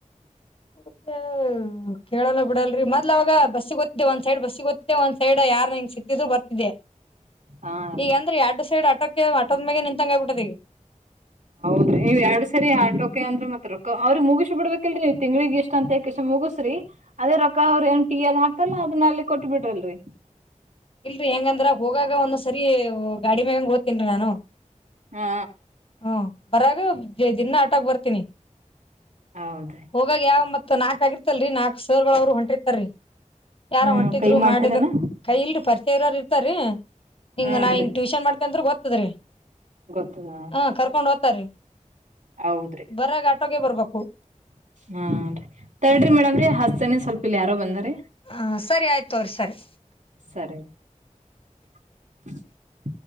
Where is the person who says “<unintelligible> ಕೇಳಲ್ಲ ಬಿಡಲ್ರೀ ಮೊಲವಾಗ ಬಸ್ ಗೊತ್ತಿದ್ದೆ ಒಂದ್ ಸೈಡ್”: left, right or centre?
Left